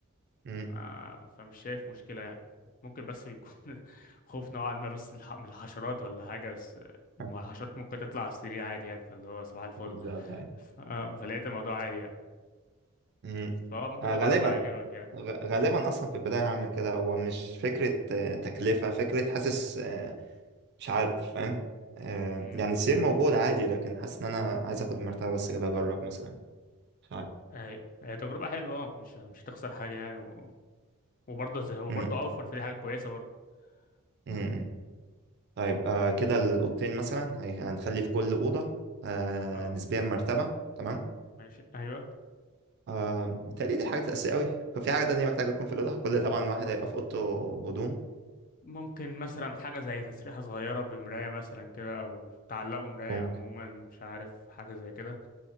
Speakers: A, on the right; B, on the left.
A: م.
B: آه، فمش شايف مشكلة يعني ممكن بس يكون <laughs> خوف نوعا ما بس من الح- من الحشرات ولا حاجة بس
A: <laughs>
B: آه، ما الحشرات ممكن تطلع على السرير عادي يعني فاللي هو صباح الفل
A: بالظبط
B: ف- آه، فلقيت الموضوع عادي يعني
A: مم.
B: فهو ممكن
A: آه،
B: تجربه
A: غالبا
B: هيعجبك يعني
A: غ- غالبا اصلا في البدايه هعمل كده هو مش فكره آه، تكلفه فكره حاسس آه، مش عارف فاهم آه،
B: امم
A: يعني السير موجود عادي لكن حاسس ان انا عايز اخد مرتبه بس كده اجرب مثلا مش عارف
B: هي هي تجربة حلوة اه مش مش هتخسر حاجة يعني و... وبرضه زي- وبرضه
A: مم.
B: اوفر في دي حاجة كويسة برضه
A: مم.
B: مم.
A: مم. طيب آه، كده الاوضتين مثلا هي- هنخلي في كل اوضه آه،
B: اه
A: نسبيا مرتبه تمام
B: ماشي ايوه
A: آه، متهيألي دي حاجة أساسية أوي، في حاجة تانية محتاجة تكون في الأوضة؟ كل طبعا واحد هيبقى في أوضته هدوم
B: ممكن مثلا حاجة زي تسريحة صغيرة بمراية مثلا كده او تعلقوا مراية
A: ممكن
B: عموما مش عارف حاجة زي كده